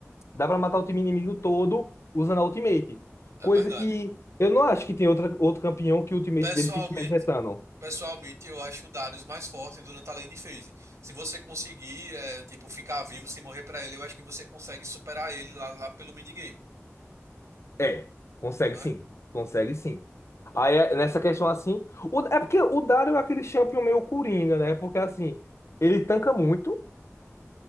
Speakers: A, on the left (about 60°); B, on the right (about 70°).
A: dá para matar o time inimigo todo usando a ultimate.
B: é
A: Coisa
B: verdade.
A: que eu não acho que tem outra, outro campeão que o ultimate
B: Pessoalmente,
A: dele fique resetando.
B: Pessoalmente, eu acho o Darius mais forte do Natalane FaZe. Se você conseguir, é, tipo, ficar vivo sem morrer pra ele, eu acho que você consegue superar ele lá, lá pelo minigame,
A: É, consegue
B: não
A: sim,
B: é?
A: consegue sim. Aí, é- nessa questão assim, o- é porque o Dario é aquele champion meio coringa, né? Porque assim, ele tanca muito.